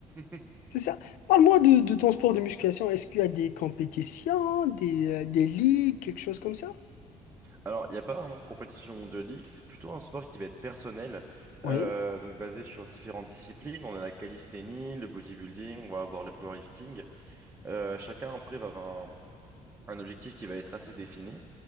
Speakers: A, on the right; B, on the left.
A: <laughs>
B: C'est ça. Parle-moi de, de ton sport de musculation. Est-ce qu'il y a des compétitions, des, euh, des ligues, quelque chose comme ça?
A: Alors, il n'y a pas vraiment de compétition de ligue, c'est plutôt un sport qui va être personnel,
B: Oui,
A: euh, donc basé sur différentes disciplines. On a la calisthénie, le bodybuilding, on va avoir le powerlifting. Euh, chacun après va avoir un, un objectif qui va être assez défini.